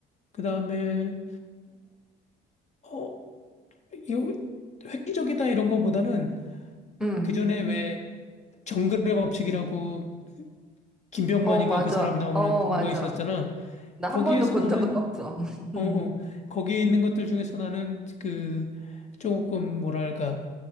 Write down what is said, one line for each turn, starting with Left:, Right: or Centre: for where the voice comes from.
Left: 그 다음에 어, 이거 획기적이다 이런 거보다는
Centre: 응.
Left: 그 전에 왜 정글의 법칙이라고 김병만인가
Centre: 어, 맞아.
Left: 그 사람 나오는
Centre: 어, 맞아.
Left: 거 있었잖아.
Centre: 나
Left: 거기에서
Centre: 한 번도 본
Left: 나는
Centre: 적은 없어. <laughs>
Left: 어,
Centre: 응.
Left: 어 거기에 있는 것들 중에서 나는 그 조금 뭐랄까